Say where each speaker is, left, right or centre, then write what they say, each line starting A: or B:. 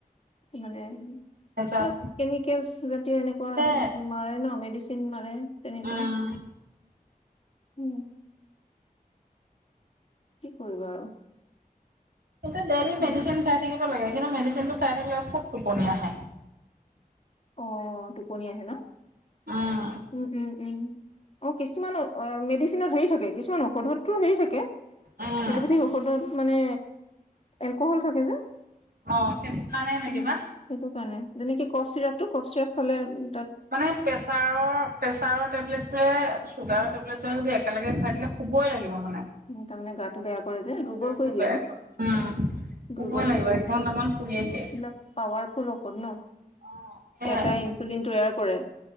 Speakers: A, on the left; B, on the right.
A: মানে
B: ভেজাল
A: অ কেমিকেল জাতীয় এনেকুৱা
B: তে
A: মাৰে ন মেডিচিন চিন্মাৰে। তেনেকুৱা।
B: উম,
A: উম কি কৰিবা আৰু।
B: এতিয়া ডেইলি মেডিচিন
A: মানে
B: খাই থাকিব লাগে। মেডিচিনটো খাই থাকিল খুব টোপনি আহে।
A: অ টোপনি আহে ন
B: উম,
A: উম উম উম অ কিছুমানৰ অ মেডিচিনৰ হেৰি থাকে। কিছুমান ঔষধতো হেৰি থাকে
B: উম,
A: এলোপেথিক ঔষধত মানে এলকহল থাকে যে।
B: অ', সেইটো কাৰণে নে
A: উম
B: কিবা?
A: সেইটো কাৰণে। যেনেকে কফ চিৰাপটো কফ চিৰাপ খালে উ
B: মানে প্ৰেছাৰৰ-প্ৰেছাৰৰ টেবলেটে চুগাৰৰ তই যদি একেলগে হোৱাই দিলে শুবই লাগিব মানে
A: তাৰমানে গাটো বেয়া কৰে যে, দুৰ্বল
B: গাটো
A: কৰি দিয়ে
B: বেয়া
A: ন?
B: কৰে উম, শুবই
A: দুৰ্বল
B: লাগিব
A: হৈ যায়।
B: এক ঘন্টামান শুইয়ে
A: এইবিলাক
B: দিয়ে।
A: পাৱাৰফুল ন?
B: অ', সেয়াই
A: এটা ইনচুলিন তৈয়াৰ কৰে,